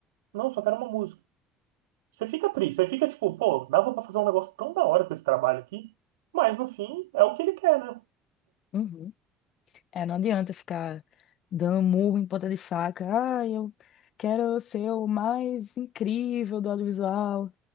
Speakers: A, on the right; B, on the left.
A: Não, só quero uma música. Você fica triste, você fica tipo, pô, dava para fazer um negócio tão da hora com esse trabalho aqui, mas no fim é o que ele quer, né?
B: Uhum. É, não adianta ficar dando murro em ponta de faca. Ah, eu quero ser o mais incrível do audiovisual.